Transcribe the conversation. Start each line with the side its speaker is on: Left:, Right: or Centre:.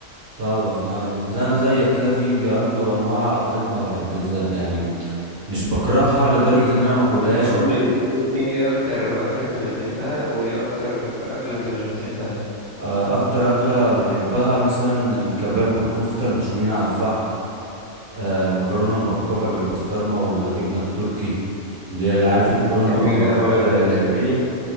Right: طبعا ايوه زي انا زيك كده في برضه انواع اكلات ما بحب زي يعني مش بكرهها لدرجه ان انا ما اكلهاش
Left: انت قول
Right: انا
Left: لي ايه اكتر اكله انت بتحبها وايه اكتر اكله انت مش بتحبها
Right: آه، اكتر اكله بحبها مثلا الكباب والكفته المشويين على الفحم آه، مكرونه مبكبجه بالبسطرمه والجبنه التركي اللي هي اللي عارف المكرونه
Left: جميل
Right: المبكبجه
Left: قوي الاكل
Right: الليبيه
Left: ده